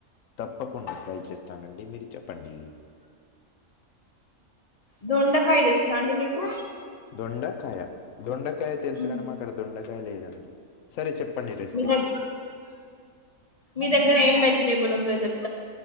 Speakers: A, on the left; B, on the left.
A: తప్పకుండా ట్రై చేస్తానండి మీరు చెప్పండి
B: దొండకాయ తెలుసా అండి మీకు
A: దొండకాయ దొండకాయ తెలుసు
B: ఉమ్.
A: కానే మా అక్కడ దొండకాయ లేదండి సరే చెప్పండి రెసిపీ
B: మీ దగ్ మీ దగ్గర ఏం వెజిటేబుల్ ఉందో చెప్పండి